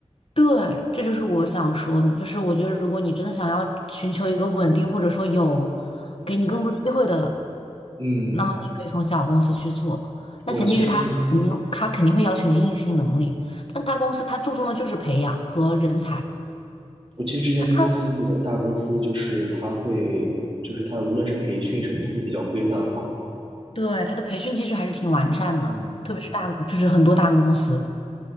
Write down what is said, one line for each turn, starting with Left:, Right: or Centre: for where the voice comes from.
Left: 对，这就是我想说的，就是我觉得如果你真的想要寻求一个稳定，或者说有给你更多机会的，
Right: 嗯，
Left: 那么你可以从小公司去做。
Right: 我其实
Left: 那前提是他肯定他肯定会要求你的硬性能力，但大公司他注重的就是培养和人才，
Right: 我其实之前分析过，
Left: 他看
Right: 大公司就是它会，就是它无论是培训什么都会比较规范化。
Left: 对他的培训机制还是挺完善的，
Right: 嗯，
Left: 特别是大就是很多大公司。